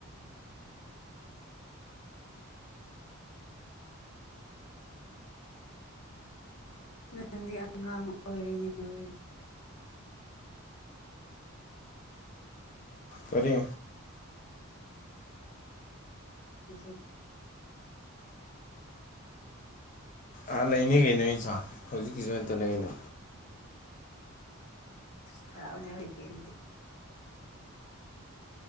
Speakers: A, on the left; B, on the left.
A: ꯅꯪꯗꯤ ꯑꯉꯥꯡ ꯑꯣꯏꯔꯤꯅꯦꯏ
B: ꯀꯔꯤ
A: ꯑꯁꯦ
B: ꯑꯥ ꯂꯩꯅꯤ ꯁꯥꯔ ꯀꯩꯅꯣ ꯑꯩꯁꯨ ꯍꯧꯖꯤꯛꯀꯤꯁꯨ ꯍꯇꯅ ꯀꯩꯅꯣ
A: ꯊꯔꯥꯎ ꯃꯅꯦ ꯍ ꯀꯦ ꯑꯗꯨꯗꯤ